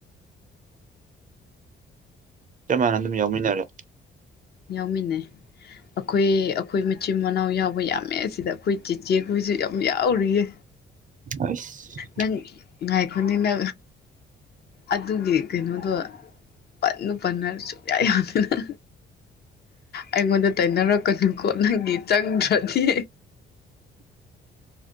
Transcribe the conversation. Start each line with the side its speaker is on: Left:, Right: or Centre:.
Right: ꯆꯞ ꯃꯥꯟꯅ ꯑꯗꯨꯝ ꯌꯥꯎꯃꯤꯟꯅꯔꯦ
Left: ꯌꯥꯎꯃꯤꯟꯅꯦ ꯑꯩꯈꯣꯏ ꯑꯩꯈꯣꯏ ꯃꯆꯤꯟ ꯃꯅꯥꯎ ꯌꯥꯎꯕ ꯌꯥꯝꯃꯦ ꯁꯤꯗ ꯑꯩꯈꯣꯏ ꯆꯦꯆꯦ ꯍꯨꯏꯁꯨ ꯌꯥꯝ ꯌꯥꯎꯔꯤꯌꯦ
Right: ꯑꯩꯁ
Left: ꯅꯪ ꯉꯥꯏꯈꯣꯅꯤꯅ ꯑꯗꯨꯒꯤ ꯀꯩꯅꯣꯗꯣ ꯄꯟꯅꯨ ꯄꯟꯅ ꯁꯨꯡꯌꯥ ꯌꯥꯗꯅ ꯑꯩꯉꯣꯟꯗ ꯇꯩꯅꯩꯅꯔꯛꯀꯅꯨꯀꯣ ꯅꯪꯒꯤ ꯆꯪꯗ꯭ꯔꯗꯤ